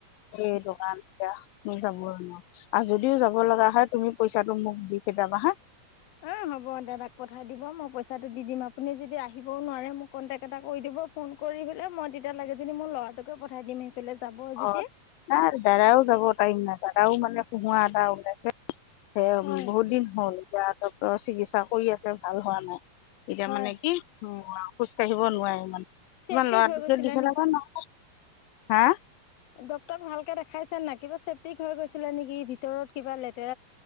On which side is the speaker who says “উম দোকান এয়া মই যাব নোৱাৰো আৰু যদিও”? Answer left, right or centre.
Left